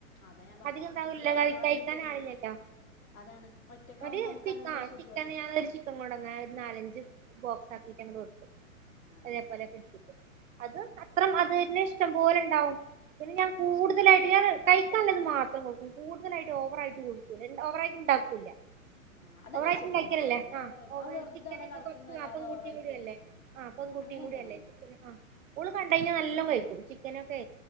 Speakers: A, on the left; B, on the right.
A: അതാ ഞാൻ പറഞ്ഞതേ
B: അധികം ഇതാവൂല്ലല്ല
A: കുട്ട്യാള്
B: കഴി
A: അയിമാത്രം
B: കഴിക്കാൻ
A: തിന്നൂല
B: ആളില്ലല്ലോ
A: അതാണ് ഒറ്റക്കാവുമ്പോ
B: ഒര്
A: അമ്മക്ക്
B: ചിക്ക
A: അങ്ങനൊരു
B: ആഹ്
A: സുഖുവാണ്
B: ചിക്കൻ ഞാൻ <unintelligible> ചിക്കൻ കൊണ്ടന്ന ഒരു നാലഞ്ച് ബോക്സ് ആക്കിയിട്ട് അങ്ങട് വെക്കും
A: ആഹ്
B: അതേപോലെ <inaudible> അത് അത്രം അതന്നെ ഇഷ്ടം പോലെണ്ടാവും പിന്നെ
A: അതോണ്ടൊരു
B: ഞാൻ കൂടുതലായിട്ട്
A: സുഖാണ്
B: ഞാന് കഴിക്കാള്ളെത് മാത്രം കൊടുക്കും കൂടുതലായിട്ട് ഓവറായിട്ട് കൊടുക്കൂല ഇണ്ട് ഓവറായിട്ട് ഇണ്ടാക്കൂല്ല
A: ആഹ് അതന്നെ
B: ഓവറായിട്ട്
A: സുഖം
B: ഇണ്ടാക്കിയാലല്ലേ
A: പറഞ്ഞാതിരി
B: ആഹ്
A: ഓവറായി
B: ഓവ
A: അത് വെറുതെ
B: ചിക്കൻ
A: അവടെ
B: <inaudible> ആഹ്
A: കെടക്കുന്നല്ലാതെ
B: പെങ്കുട്ടിയും
A: ഓവറായിട്ട്
B: കൂടിയല്ലേ ആഹ് പെങ്കുട്ടിയും
A: അങ്ങനെന്നെ
B: കൂടിയല്ലേ
A: നല്ലത്
B: ചിക്കന് ഓള് കണ്ട്
A: ആഹ്
B: കയിഞ്ഞാ നല്ലൊം കഴിക്കും ചി ക്കനൊക്കെ